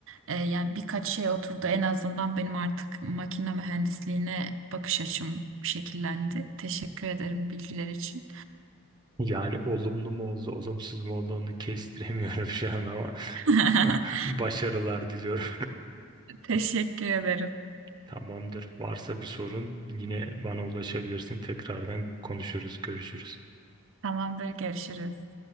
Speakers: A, on the right; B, on the right.
A: Ee, yani birkaç şey oturdu en azından benim artık makine mühendisliğine bakış açım şekillendi. Teşekkür ederim bilgiler için.
B: Yani olumlu mu oldu, olumsuz mu oldu onu kestiremiyorum <laughs> şu an ama.
A: <laughs>
B: <laughs> Başarılar diliyorum.
A: Teşekkür ederim.
B: Tamamdır. Varsa bir sorun yine bana ulaşabilirsin. Tekrardan konuşuruz, görüşürüz.
A: Tamamdır görüşürüz.